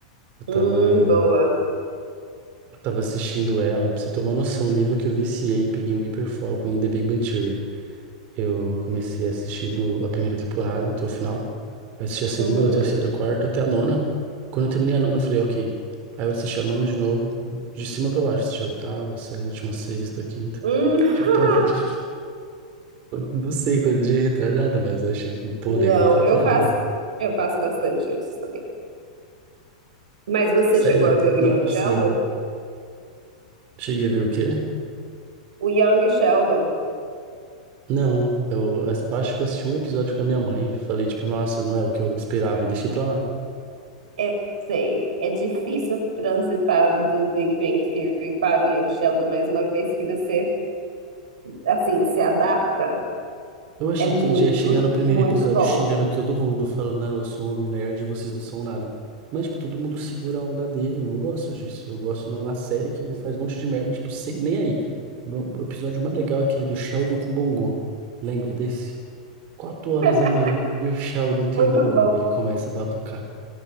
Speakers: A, on the right; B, on the right.
A: Eu
B: Hum,
A: tava,
B: boa.
A: eu tava assistindo ela, pra você ter uma noção, o nível que eu viciei, peguei um hiperfoco em The Big Bang Theory. Eu comecei a assistir do, a primeira temporada até o final, aí assisti a segunda,
B: Uhum.
A: a terceira, a quarta, até a nona. Quando eu terminei a nona, eu falei, ok. Aí eu assisti a nona de novo, de cima pra baixo, assisti a oitava, a sétima, a sexta, a quinta.
B: Hum.
A: Tipo,
B: <laughs>
A: pra ver, <laughs> tipo, não sei, coisa de retardado, mas eu achei, pô,
B: Não,
A: legal pra
B: eu
A: caramba.
B: faço, eu faço bastante isso também. Mas você
A: Sério?
B: chegou a ver o
A: Não
B: Young
A: é possível.
B: Sheldon?
A: Cheguei a ver o quê?
B: O Young Sheldon,
A: Não, eu as- acho que eu assisti um episódio com a minha mãe e falei, tipo, nossa, não é o que eu esperava e deixei pra lá.
B: é, sei, é difícil transitar do Big Bang Theory para o Young Sheldon, mas uma vez que você, assim, se adapta,
A: Eu achei
B: é muito,
A: que ele já ia chegar no primeiro
B: muito
A: episódio
B: bom.
A: xingando todo mundo, falando, não, eu sou um nerd e vocês não são nada. Mas, tipo, todo mundo segura a onda dele, eu não gosto disso. Eu gosto na, na série que ele faz um monte de merda, tipo, sem, nem aí. O o episódio mais legal é aquele do Sheldon com Bongo. Lembra desse? Quatro horas
B: <laughs>
A: da manhã e o Sheldon tem
B: Muito
A: um Bongo.
B: bom,
A: Ele começa a batucar.